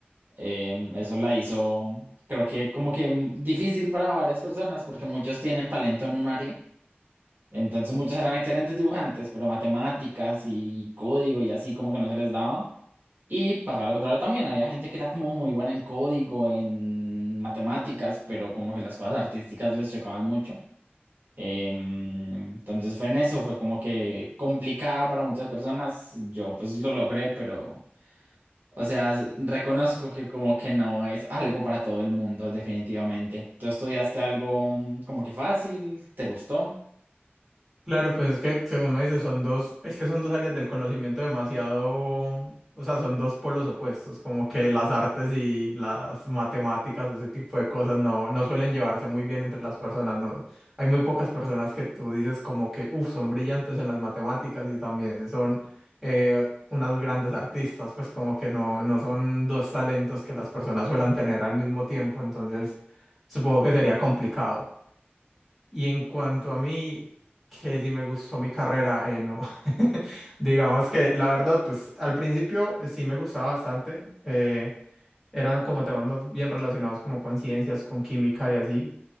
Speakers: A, on the right; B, in the centre.
A: Em, eso la hizo, creo que como que mm, difícil para varias personas porque muchos tienen talento en un área. Entonces muchos eran excelentes dibujantes, pero matemáticas y código y así como que no se les daba. Y pasaba lo contrario también, había gente que era como muy buena en código, en matemáticas, pero como que las cosas artísticas les chocaban mucho. Em, entonces fue en eso, fue como que complicada para muchas personas. Yo pues lo logré, pero, o sea, s- reconozco que como que no es algo para todo el mundo, definitivamente. ¿Tú estudiaste algo mm, como que fácil? ¿Te gustó?
B: Claro, pues es que según me dices, son dos, es que son dos áreas del conocimiento demasiado, o sea, son dos polos opuestos, como que las artes y las matemáticas, ese tipo de cosas no, no suelen llevarse muy bien entre las personas, ¿no? Hay muy pocas personas que tú dices como que, uff, son brillantes en las matemáticas y también son eh, unas grandes artistas, pues como que no, no son dos talentos que las personas suelen tener al mismo tiempo, entonces supongo que sería complicado. Y en cuanto a mí, que si me gustó mi carrera, eh, no. <laughs> Digamos que la verdad, pues al principio sí me gustaba bastante. eh, eran como temas más bien relacionados como con ciencias, con química y así.